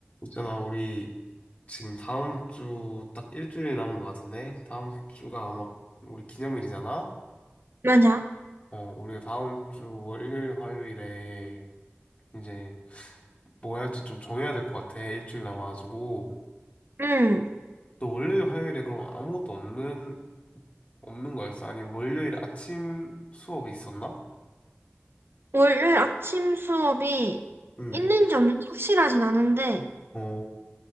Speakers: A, on the left; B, on the right.
A: 있잖아, 우리 지금 다음 주 딱 일주일 남은 것 같은데, 다음 주가 아마 우리 기념일이잖아?
B: 맞아.
A: 어, 우리가 다음 주 월요일, 화요일에 이제 뭐 할지 좀 정해야 될 것 같아, 일주일 남아가지고.
B: 응.
A: 또 월요일, 화요일에 그럼 아무것도 없는, 없는 거였어? 아니면 월요일 아침 수업이 있었나?
B: 월요일 아침 수업이
A: 응.
B: 있는지 없는지 확실하진 않은데,
A: 어,